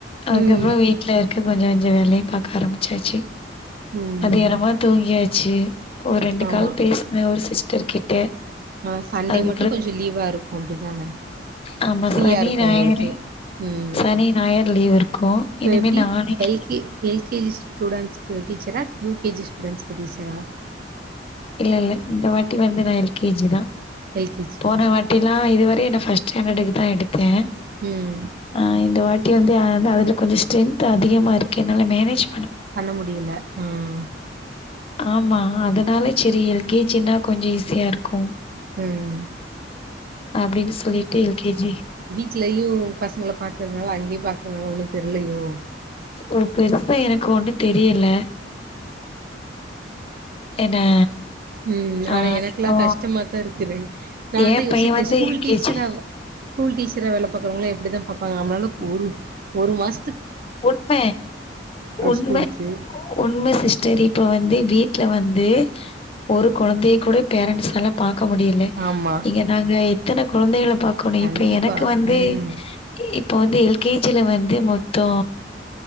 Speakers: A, on the left; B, on the right.
A: அதுக்கப்ற
B: ம்.
A: வீட்ல இருக்க கொஞ்ச கொஞ்ச வே லைய பாக் க ஆரம்பிச்சாச்சி
B: ம்.
A: அது என்னமோ தூங்கியாச்சு ஒரு ரெண்டு
B: ஆமா.
A: கால் பேசுன ஒரு சிஸ் டர் கிட்ட
B: ஆ சண்டே
A: அதுக்கப்புறோ
B: மட்டு கொஞ்ச லீவா இருக்கு அப்டிதான
A: ஆமா
B: ஃப்ரீயா
A: சனி
B: இருக்கு
A: ஞாயிறு
B: உங்களுக்கு ம்
A: சனி ஞாயிறு லீவ் இருக்கு
B: இப்ப
A: இனிமே
B: எப்டி
A: நாளைக்கு
B: L K L K G ஸ்டுடென்ட்ஸ்க்கு டீச்சரா யூ கே ஜி ஸ்டுடென்ட்ஸ் கு டீச்சரா
A: இல்ல இல்ல இந்த வாட்டி வந்து நா எல் கே ஜி தா
B: எல்கேஜிக்கு
A: போன வாட்டில்லா இது வரையு நா ஃபர்ஸ்ட் ஸ்டாண்டர்டுக்கு தான் எடுத்தே
B: ம்
A: ஆ இந்த வாட்டி <unintelligible> வந்து அதுல கொஞ்ச ஸ்ட்ரென்த் அதிகமாக இருக்கு என்னால மேனேஜ்
B: பண்ண முடியல உஹம்
A: ஆமா அதனால சரி எல் கே ஜினா கொஞ்ச ஈஸியா இருக்கு
B: ம்
A: அப்டின்னு சொல்லிட்டு எல் கே ஜி
B: வீட்லையு பசங்ள பாக்றதுனால அங்கயு பாக்றதுனால ஒண்ணு தெர்லயோ
A: ஓ பெருசா எனக்கு ஒண்ணு தெரியல என்ன
B: ம்
A: ஆ
B: ஆனா எனக்குல்லா
A: இப்போ
B: கஷ்டமாதா இருக்குது நா
A: ஏ
B: அதா யோசிப்பே
A: பைய வந்து
B: ஸ்கூல்
A: எல்
B: டீச்சரா
A: கே ஜி
B: ஆ ஸ்கூல் டீச்சர வேல பாக்றவங்கள எப்டி தான் பாப்பாங்க நம்ளால ஒரு ஒரு மாச
A: உண்ம உண்ம
B: ஸ்கூலுக்கு
A: உண்ம சிஸ்டர் இப்ப வந்து வீட்ல வந்து ந்து ஒரு கொழந்தைய கூட பேரன்ட்ஸ் ஆலா பார்க் க்க முடில
B: ஆமா
A: இங்க நாங்க எத்தன கொழந்தைகள பாக்ணு
B: கண்டிப்பா
A: இப்ப எனக்கு வந்து
B: ம்
A: இப் இப்ப வந்து எல் கே ஜில வந்து மொத் மொத்தோ